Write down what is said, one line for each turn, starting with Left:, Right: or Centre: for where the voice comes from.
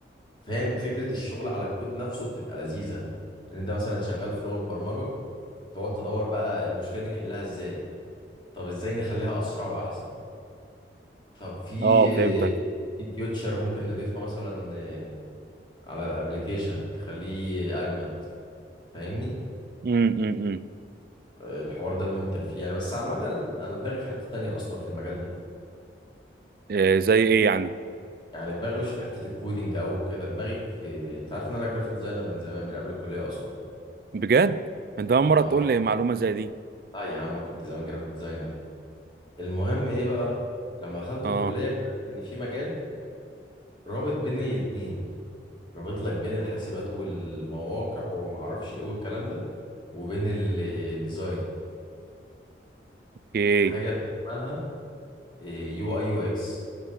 Left: فاهم فكرة الشغل على الكود نفسه بتبقى لذيذة إن أنت مثلا شغال في لغة برمجة تقعد تدور بقى المشكلة دي نحلها إزاي طب إزاي نخليها أسرع وأحسن طب في
Right: اه فهمتك
Left: في فيوتشر ممكن نضيفها مثلا آه، على الابليكيشن تخليه اجمد فاهمني
Right: امم
Left: آه، الحوار ده الممتع فيه يعني بس عامة انا دماغي في حتة تانية اصلا في المجال ده
Right: آه، زي ايه يعني
Left: يعني دماغي مش في حتة الكودينج او كده دماغي في انت عارف ان انا جرافيك ديزاينر من زمان من قبل الكلية اصلا
Right: بجد انت اول مره
Left: اه
Right: تقول لي معلومه زي دي
Left: اه يا عم كنت زمان جرافيك ديزاينر المهم ايه بقى لما دخلت
Right: اه
Left: الكلية اكتشفت ان في مجال رابط بين الاتنين رابط لك بين الحاسبات والمواقع وما اعرفش ايه والكلام ده وبين ال- الديزاين
Right: اوكي
Left: حاجه اسمها يو اي يو اكس